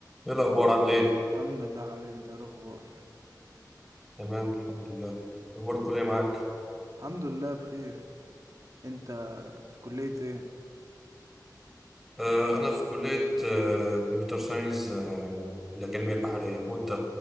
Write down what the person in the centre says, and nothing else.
ايه الاخبار عامل ايه
تمام الحمد لله اخبار
الكليه
معاك
آه انا في كليه آه، كمبيوتر ساينس آه، الاكاديميه البحريه وانت